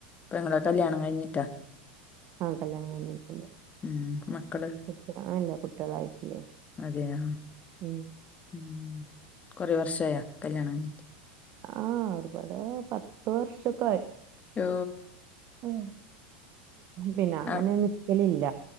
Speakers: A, on the left; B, on the right.
A: പെങ്ങളെ കല്യാണം കഴിഞ്ഞിട്ടാ
B: ആഹ് കല്യാണം കഴിഞ്ഞിട്ടുള്ള്
A: ഉം മക്കള്
B: കുട്ടികള് ആയില്ല. കുട്ടികളായിട്ടില്ലേ
A: അതെയാ
B: ഉം
A: ഉം കൊറേ വർഷയാ കല്യാണം കഴിഞ്ഞിട്ട്
B: ആ ഒരുപാട് പത്ത് വർഷൊക്കെ ആയി.
A: ഓ
B: <unintelligible> പിന്നെ അങ്ങനെ
A: ആഹ്
B: നിക്കലില്ല.